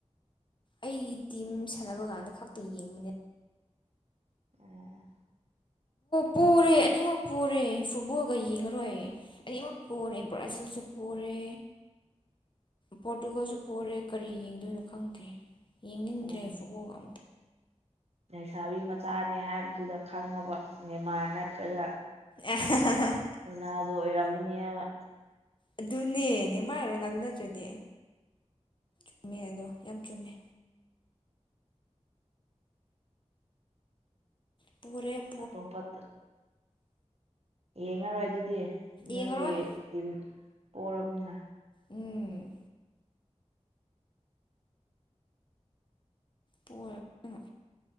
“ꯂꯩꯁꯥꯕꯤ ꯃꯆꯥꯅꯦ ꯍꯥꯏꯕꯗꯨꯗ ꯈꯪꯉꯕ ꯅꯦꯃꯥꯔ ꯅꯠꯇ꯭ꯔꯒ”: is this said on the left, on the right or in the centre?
Right